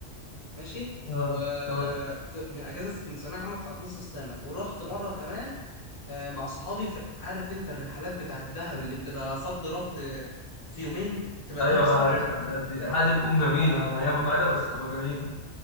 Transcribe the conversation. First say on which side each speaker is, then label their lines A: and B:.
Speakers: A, on the left; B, on the left.
A: ماشي
B: اه
A: و
B: تمام
A: في من اجازه الثانويه عامه بتاعت نص السنه ورحت مره كمان آه، مع صحابي ف- عارف انت الرحلات بتاعت دهب اللي بتبقى صد رد آه، في يومين بتبقى
B: ايوه
A: دهب سانت
B: عارف
A: كاترين
B: الحلقات دي الحلقات دي بتكون جميله ما هي متعبه بس تبقى جميله